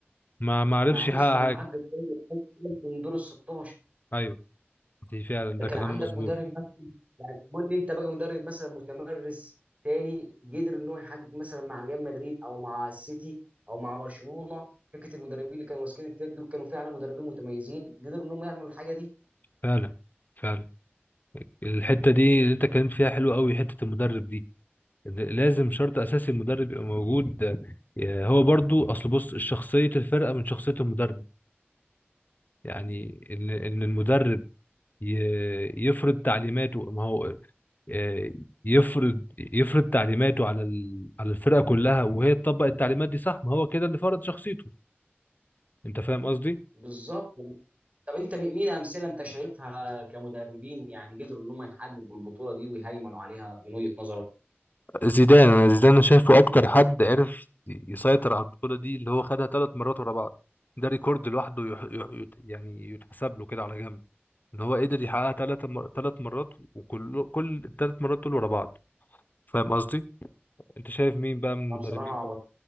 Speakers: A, on the left (about 45°); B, on the right (about 30°).
A: ما ما عرفش
B: ما عرفش
A: يحقق
B: انه
A: حاجة
B: يحقق من دور ال 16
A: أيوة دي فعلا
B: ده
A: ده
B: كان
A: كلام
B: عندك
A: مظبوط
B: مدرب مثلا يعني قول لي انت بقى مدرب مثلا متمرس تاني قدر ان هو يحقق مثلا مع ريال مدريد او مع السيتي او مع برشلونه فكره المدربين اللي كانوا ماسكين الفريق دول كانوا فعلا مدربين متميزين قدروا انهم يعملوا الحاجه دي
A: فعلا فعلا الحتة دي اللي أنت اتكلمت فيها حلوة أوي حتة المدرب دي ل- لازم شرط أساسي المدرب يبقى موجود آه، هو برضو أصل بص شخصية الفرقة من شخصية المدرب يعني إن إن المدرب ي- يفرض تعليماته ما هو آه، يفرض يفرض تعليماته على ال- على الفرقة كلها وهي تطبق التعليمات دي صح ما هو كده اللي فرض شخصيته أنت فاهم قصدي؟
B: بالظبط طب انت مين امثله انت شايفها كمدربين يعني قدروا ان هم يحققوا البطوله دي ويهيمنوا عليها من وجهه نظرك
A: زيدان انا زيدان شايفه اكتر حد عرف يسيطر على البطوله دي اللي هو خدها ثلاث مرات ورا بعض ده ريكورد لوحده يح... يح... يت- يعني يتحسب له كده على جنب ان هو قدر يحققها ثلاث مر... ثلاث مرات وكل كل الثلاث مرات دول ورا بعض فاهم قصدي انت شايف مين بقى من المدربين
B: انا بصراحه
A: بقى